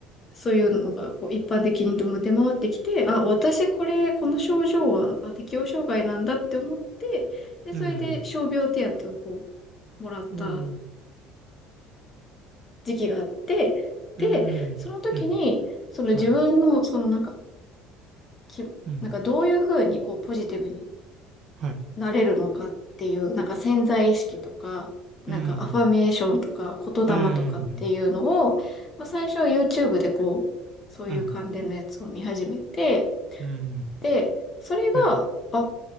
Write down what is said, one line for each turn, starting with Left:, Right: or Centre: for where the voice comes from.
Left: そういうのがこう一般的にでも出回ってきて、あ、私これ、この症状はあ適応障害なんだって思って、で、それで傷病手当をこ
Right: うんうん
Left: う、もらった
Right: うんうん
Left: 時期があって、で、
Right: うんうん
Left: その時に、その自分の、
Right: はい
Left: そのなんか、き、
Right: うん
Left: なんかどういうふうにこうポジティブに
Right: はい
Left: なれるのかっていう、なんか潜在意識とか、なんかアファメーションとか言霊とかっていうのを、
Right: うんうんうん
Left: まあ最初は YouTube でこう、そういう関連のやつを見始めて、
Right: うんうん
Left: で、それが、
Right: はい
Left: あ、